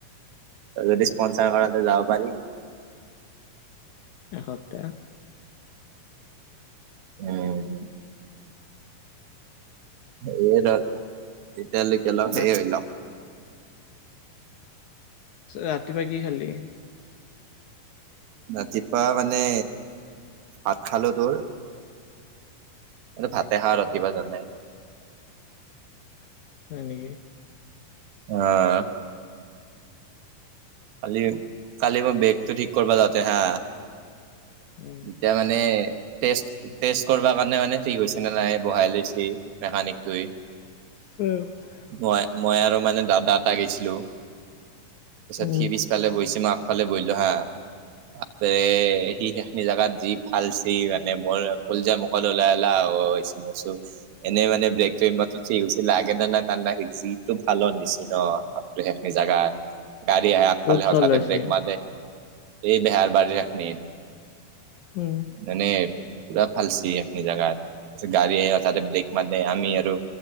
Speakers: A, on the right; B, on the left.
A: যদি স্পনচাৰ কৰা তে যাব পাৰি।
B: এসপ্তাহ।
A: উম হেই তেতিয়ালৈকে
B: ৰা-
A: হেই হৈলক।
B: ৰাতিপুৱা কি খালি?
A: ৰাতিপুৱা মানে ভাত খালো তোৰ। এইটো ভাতে খা ৰাতিপা জনায়।
B: হয় নেকি?
A: অ কালি কালি মই বেগটো ঠিক কৰিবা যাওঁতে হা!
B: উম
A: তেতিয়া মানে! টেষ্ট টেষ্ট কৰিব কাৰণে মানে ঠিক হৈছে নে নাই বহাই লৈছে মেকানিক তুই।
B: <unintelligible>
A: মই মই আৰু মানে দাদা এটা গেশ্লো।
B: উম
A: সি পিছফালে বইছি মই আগফালে বৈলো হা। আৰে সি খেখনি জোগাত যি ভালচি মানে মোৰ কলজা। অলওলা আহোঁ আহোঁ হসি। এনেই মানে ব্ৰেকটো ঠিক হৈছিলে লাগে নাই নেলাগে যিটো ভাল নিচি ন কৃষ্ণ। অ খেশনি যাগা। গাড়ী আহ আগফালে
B: ক'ত
A: হথাতে
B: চলাইছে
A: ব্ৰেক ম এই বেহাৰ বাৰি ৰাখনি।
B: উম
A: মানে পুৰা ফালচি আনি জোগাত তাৰপিছত গাড়ী আহ আৰু তাতে ব্ৰেক মা ডে আমি আৰু।